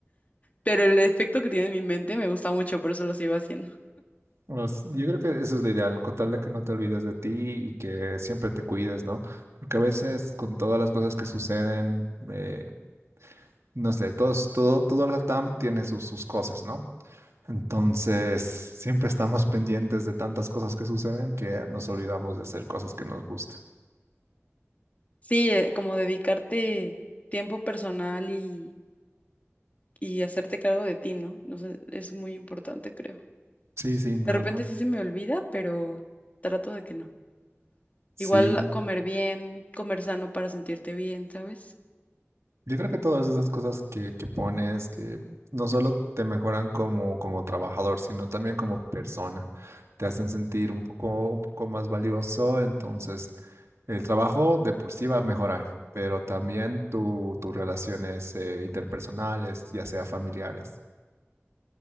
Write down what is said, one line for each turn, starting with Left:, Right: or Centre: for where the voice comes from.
Left: pero el efecto que tiene en mi mente me gusta mucho, por eso lo sigo haciendo.
Right: Pues, yo creo que eso es lo ideal, con tal de que no te olvides de ti y que siempre te cuides, ¿no? Porque a veces con todas las cosas que suceden, eh, no sé, todos, todo, todo la TAM tiene sus, sus cosas, ¿no? Entonces, siempre estamos pendientes de tantas cosas que suceden que nos olvidamos de hacer cosas que nos gustan.
Left: Sí, eh, como dedicarte tiempo personal y, y hacerte cargo de ti, ¿no? No sé, es muy importante, creo.
Right: Sí, sí, no,
Left: De repente
Right: no.
Left: sí se me olvida, pero trato de que no.
Right: Sí,
Left: Igual comer bien, comer sano para sentirte bien, ¿sabes?
Right: Yo creo que todas esas cosas que, que pones, que no solo te mejoran como, como trabajador, sino también como persona, te hacen sentir un poco, un poco más valioso, entonces el trabajo de por sí va a mejorar, pero también tu, tus relaciones eh, interpersonales, ya sea familiares.